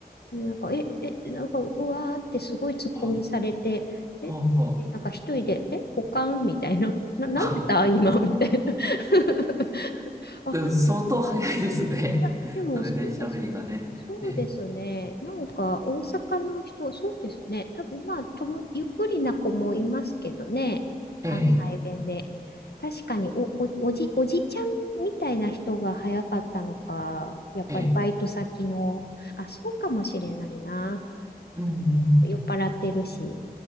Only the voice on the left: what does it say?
でなんか、え、え、なんか、うわーってすごい突っ込みされて、
え、
でなんか一人で、え、ポカンみたいな、<laughs> な、なんでだ、
今、みたいな。<laughs> あ、
いや、
でもそうです。
そうですね。
なんか大阪の人、そうですね。多分まあとも、ゆっくりな子もいますけどね。関西弁で。
確かにお、お、おじ、おじちゃんみたいな人が早かったのか、やっぱりバイト先の、
あ、そうかもしれないな。
なんか酔っ払ってるし。